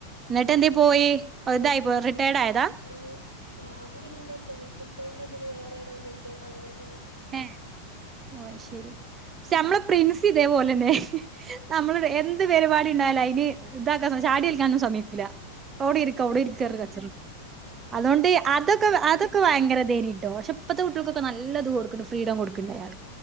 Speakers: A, on the right; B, on the left.
A: ഇന്നട്ട് എന്തേ
B: ഉം
A: പോയീ അത് ഇതായിപ്പോയതാ റിട്ടയേഡ് ആയതാ
B: അത് സാറ് പിന്നെന്തോ പ്രിൻസിപ്പ്ള്ന്റെ ഇതില് വേറെദോ കിട്ടിയപ്പങ്ങനെ പോയി <inaudible>
A: ഏഹ് ഓ അയ് ശരി
B: ഉം
A: പക്ഷെ നമ്മളെ പ്രിൻസി ഇതേ പോലെന്നെ നമ്മള് <unintelligible> എന്ത് പെരിപാടി ഇണ്ടായാലും അയ്ന് ഇതാക്കാൻ സ <unintelligible> ചാടിയേൽക്കാനൊന്നും സമ്മയ്ക്കൂല. അവ്ടെ ഇരിക്ക്
B: ഉം
A: അവ്ടെ ഇരിക്ക് പർഞ്ഞ് കച്ചറൂടും അതോണ്ട്
B: ഉം
A: അതൊക്കെ അതൊ ക്കെ ഭയങ്കര ഇതേനിട്ടോ പക്ഷെ ഇപ്പത്തെ കുട്ടേൾക്കൊക്കെ നല്ലത് കൊട്ക്ക്ണ്ട് ഫ്രീഡം കൊട്ക്ക്ണ്ട് അയാള്